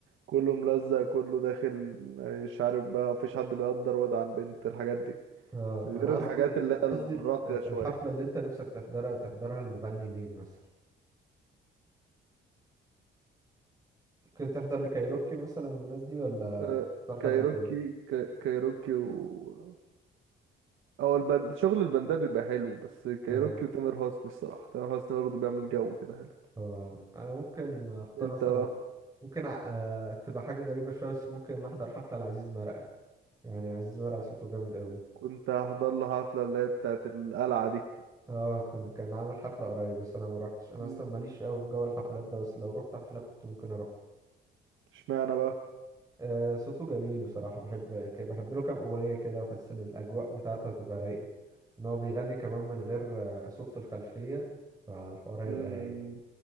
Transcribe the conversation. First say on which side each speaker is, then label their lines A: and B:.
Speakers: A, on the right (about 80°); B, on the right (about 20°).
A: كله ملزق كله داخل مش عارف بقى مفيش حد بيقدر واد عن بنت الحاجات دي
B: اه
A: غير
B: انا
A: الحاجات
B: قصدي
A: اللي هي
B: انا قصدي
A: الراقية
B: ال- ال-
A: شوية
B: الحفلة اللي انت نفسك تحضرها تحضرها المغني مين مثلا ممكن تحضر لكايروكي مثلا والناس دي ولا
A: آه،
B: تختار حد
A: كايروكي
B: تاني
A: كا- كايروكي و او البند... شغل البندات بيبقى حلو بس كايروكي
B: اه
A: وتامر حسني الصراحة تامر حسني برضه بيعمل جو كده حلو
B: اه انا ممكن اختار
A: انت
B: مثلا
A: بقى
B: ممكن ع- آه تبقى حاجة غريبة شوية بس ممكن احضر حفلة لعزيز مرقة يعني عزيز مرقة صوته جامد قوي
A: كنت هحضر له حفلة اللي هي بتاعت القلعة دي
B: اه كان كان عامل حفلة قريب بس انا ما روحتش انا
A: مم،
B: اصلا ماليش قوي في جو الحفلات ده بس لو روحت حفلة كنت ممكن اروح له.
A: اشمعنى بقى
B: آه صوته جميل بصراحة بحب ك- بحب له كام اغنية كده بحس ان الاجواء بتاعته هتبقى رايقة ان هو بيغني كمان من غير آه، صوت في الخلفية فالحوار هيبقى
A: امم
B: رايق